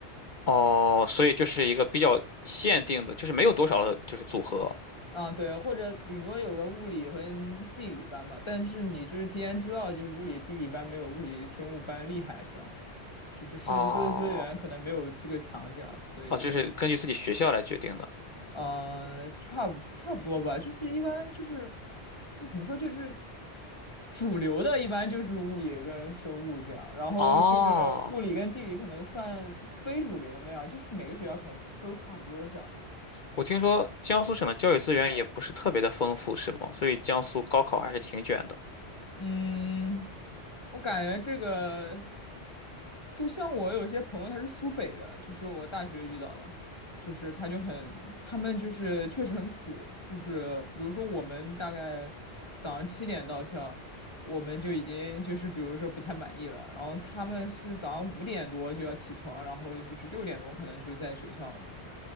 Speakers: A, on the left (about 50°); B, on the left (about 25°).
A: 哦，所以就是一个比较限定的，就是没有多少的就是组合。
B: 啊，对，或者顶多有个物理和地理班吧，但是你就是提前知道，就是物理、地理班没有物理生物班厉害这样。就是师资资源可能没有这个强，
A: 哦，
B: 这样，所以就，
A: 哦，就是根据自己学校来决定的。
B: 呃，差不差不多吧。就是一般就是，就怎么说，就是主流的，一般就是物理跟生物这样，然后就是物理跟地理可能算非主流那样，
A: 哦，
B: 就是每个学校可能都差不多这样。
A: 我听说江苏省的教育资源也不是特别的丰富，是吗？所以江苏高考还是挺卷的。
B: 嗯，我感觉这个，对，像我有些朋友他是苏北的，就是我大学遇到的，就是他就很，他们就是确实很苦，就是比如说我们大概早上七点到校，我们就已经就是比如说不太满意了，然后他们是早上五点多就要起床，然后就是六点钟可能就在学校那种，